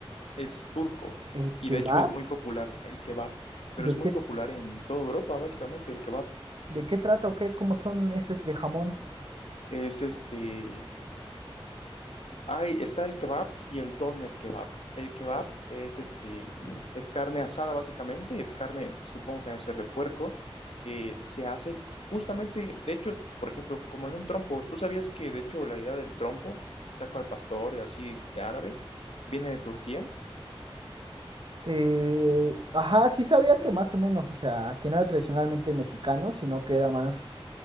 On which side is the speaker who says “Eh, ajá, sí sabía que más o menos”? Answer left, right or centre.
Right